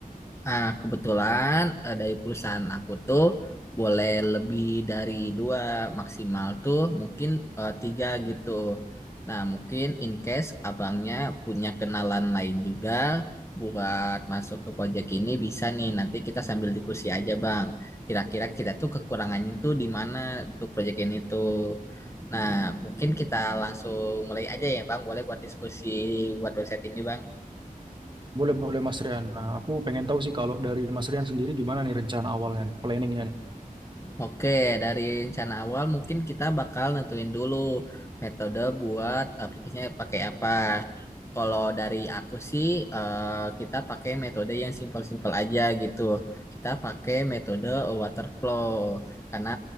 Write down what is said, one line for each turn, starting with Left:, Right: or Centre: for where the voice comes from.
Left: Nah, kebetulan eh, dari perusahaan aku tuh boleh lebih dari dua, maksimal tuh mungkin eh, tiga gitu. Nah, mungkin in case abangnya punya kenalan lain juga buat masuk ke proyek ini bisa nih. Nanti kita sambil diskusi aja, Bang. Kira-kira kita tuh kekurangannya tuh di mana untuk proyek ini tuh. Nah, mungkin kita langsung mulai aja ya, Bang. Boleh buat diskusi buat website ini, Bang.
Right: Boleh-boleh, Mas Rian. Nah, aku pengen tahu sih kalau dari Mas Rian sendiri gimana nih rencana awalnya nih, planningnya nih.
Left: Oke, dari rencana awal mungkin kita bakal nentuin dulu metode buat aplikasinya pakai apa. Kalau dari aku sih, eh, kita pakai metode yang simpel-simpel aja gitu. Kita pakai metode waterflow karena